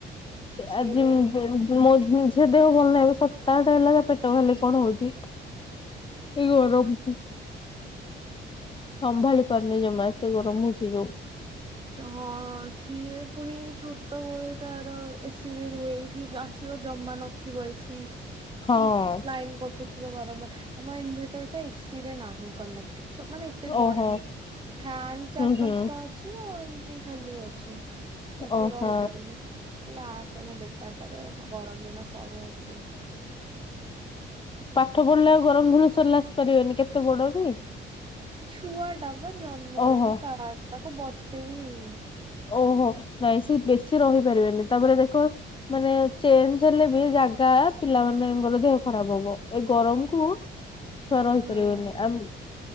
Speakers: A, on the right; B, on the left.
A: ସିଏ
B: ଆଜି <unintelligible> ମୋ <unintelligible> ଝିଅ ଦେହ ଭଲ ନାହିଁ ଏ ସପ୍ତାହଟା ହେଲା ତା ପେଟ ଖାଲି କଣ ହଉଛି, ଏ ଗରମକୁ ସମ୍ଭାଳି ପାରୁନି ଜମା ଏତେ ଗରମ ହଉଛି ଯୋଉ।
A: ହଁ ସିଏ ପୁଣି ଛୋଟବଳୁ ତାର ଏସିିରେ ରୁହେ ଏଠି ଆସିବ ଜମା ନଥିବ ଏସିି।
B: ହଁ।
A: କି ଲାଇନ୍ କଟୁ ବାରମ୍ବାର ଆମ ଇନ୍ ଭେଟର ଟା ଏସି ରେ ନାହିଁ କନେକ୍ଟ। ଛୁ ମାନେ ଏତେ ବଡ଼
B: ଓହୋ
A: ଏମଛ ଫ୍ୟାନ ଚାର୍
B: ହୁଁ ହୁଁ
A: ପାଞ୍ଚଟା ଅଛି। ଏମିତି ଖାଲି ଅଛି ତ ସେି
B: ଓହୋ
A: ରହିପାରିବି ଲାଷ୍ଟ ତାହେଲେ ବେକାର ଟାରେ ଗରମ ଦିନ ସରୁ ଆଗେ
B: ପାଠ ପଢିଲେ ଆଉ ଗରମ ଦିନ ସରିଲା ଆସିପାରିବନି କେତେ ବଡ କି?
A: ଛୁଆ ଟା ମ ଜନ୍ମ
B: ଓହୋ
A: ହେଇଛି ତା ତାକୁ ବର୍ଷେ ବି ହେଇଛି। ହୁଁ
B: ଓହୋ ନାଇଁ ସେ ବେଶୀ ରହିପାରିବେନି ତାପରେ ଦେଖ ମାନେ ଚେଞ୍ଜ ହେଲେ ବି ଜାଗା ପିଲା ମାନଙ୍କର ଦେହ ଖରାପ ହବ ଏଇ ଗରମକୁ। ଛୁଆର ହେଇପାରିବନି
A: ହୁଁ
B: ଆମ